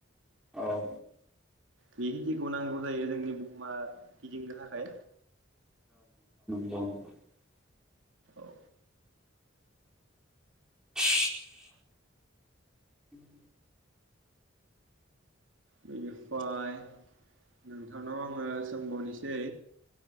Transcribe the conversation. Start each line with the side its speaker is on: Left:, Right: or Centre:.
Centre: औ औ।
Right: बे हिदिखौ नांगौ जायो जोंनि बुहुमा गिदिंनो थाखाय।
Centre: <unintelligible>
Right: औ।
Centre: <unintelligible> <unintelligible>
Right: बेनिफाय नोंथांनाव आङो सोंबावनिसै